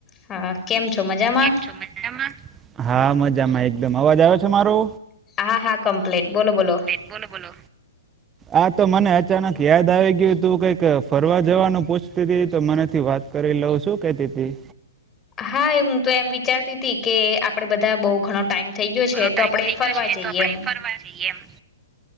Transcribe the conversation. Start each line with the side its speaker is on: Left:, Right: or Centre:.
Left: હા કેમ છો મજામાં
Right: કેમ છો મજામાં? હા મજામાં એકદમ. અવાજ આવે છે મારો?
Left: હા હા કમપ્લેટ. બોલો બોલો.
Right: બોલો બોલો. આ તો મને અચાનક યાદ આવી ગ્યુ. તું કંઈક અ ફરવા જવાનું પૂછતીતી તો મને એમ થ્યુ વાત કરી લઉ શું કેતીતી?
Left: હા એ હું તો એમ વિચારતીતી કે, આપડે બધાં બઉ ઘણો ટાઈમ થઈ ગ્યો છે તો
Right: ટાઈમ
Left: આપડે
Right: થઈ
Left: ફરવા
Right: ગ્યો છે.
Left: જઈએ
Right: તો આપડે
Left: એમ
Right: ફરવા જઈએ એમ.